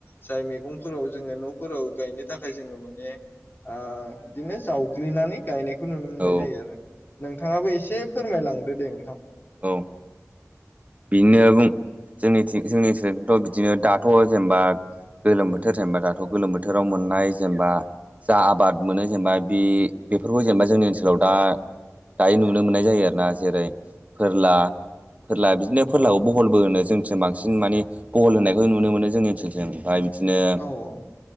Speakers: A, on the left; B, on the right.
A: जाय मैगंफोराव जोङो न'फोराव गायनो थाखाय जोङो माने बिदिनो जावग्लिनानै गायनायखौ बेखौ नुनो मोननाय
B: औ
A: जायो आरो नोंथाङाबो एसे फोरमायलांदो दे नोंथां।
B: औ बेनो बुं जोंनि जोंनि <unintelligible> ओनसोलाथ' बिदिनो दाथ' जेनेबा गोलोम बोथोर जेनेबा दाथ' गोलोम बोथोराव मोननाय जेनेबा जा आबाद मोनो जेनेबा बे बेफोरखौ जेनेबा जोंनि ओनसोलाव दा दायो नुनो मोननाय जायो आरो ना जेरै फोरला- फोरला बिदिनो फोरलाखौ
A: औ
B: बहलबो होनो जोंथि बांसिन माने बहल होनायखौ नुनो मोनो जोंनि ओनसोलजों ओमफ्राय बिदिनो
A: औ औ